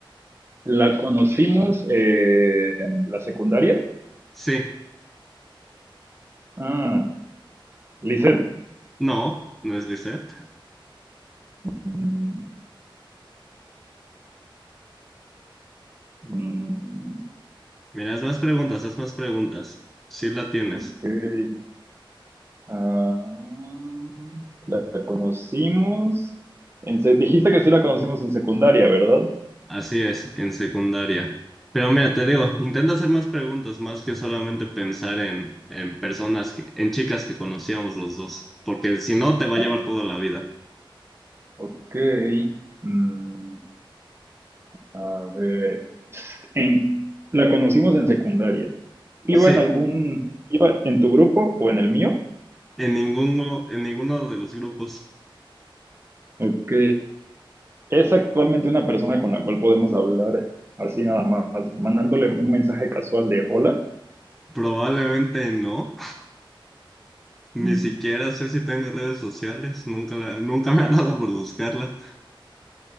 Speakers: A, on the right; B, in the centre.
A: ¿la conocimos eh, en la secundaria?
B: Sí,
A: Ah, Lisette.
B: no, no es Lisette.
A: Mm, mm,
B: Mira, haz más preguntas, haz más preguntas. Sí la tienes.
A: ok. Ah, la conocimos. en se- dijiste que sí la conocimos en secundaria, ¿verdad?
B: Así es, en secundaria. Pero mira, te digo, intenta hacer más preguntas, más que solamente pensar en, en personas, que- en chicas que conocíamos los dos, porque si no te va a
A: Ah,
B: llevar toda la vida.
A: ok. Mm, a ver. En, la conocimos en secundaria. ¿Iba
B: Sí,
A: en algún, iba en tu grupo o en el mío?
B: en ninguno, en ninguno de los grupos.
A: Ok. ¿Es actualmente una persona con la cual podemos hablar así nada más, mandándole un mensaje casual de hola?
B: Probablemente no. Ni
A: Mm,
B: siquiera sé si tengo redes sociales, nunca la- nunca me ha dado por buscarla.